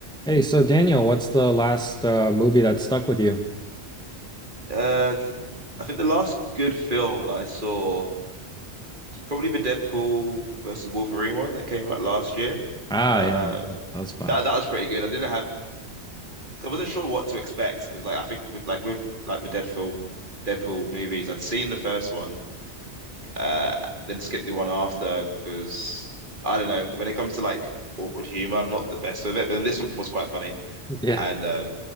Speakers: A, in the centre; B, on the right.
A: Hey, so Daniel, what's the last uh, movie that stuck with you?
B: Uh, I think the last good film that I saw was probably the Deadpool versus Wolverine one that came out last year.
A: Ah,
B: Uh,
A: yeah, that was fun.
B: that that was pretty good. I didn't have, cause I wasn't sure what to expect because like I think with, like with like the Dead film, Deadpool movies, I'd seen the first one, uh, then skipped the one after because I don't know. When it comes to like awkward humor, I'm not the best with it. But then this one was quite funny
A: Yeah.
B: and uh,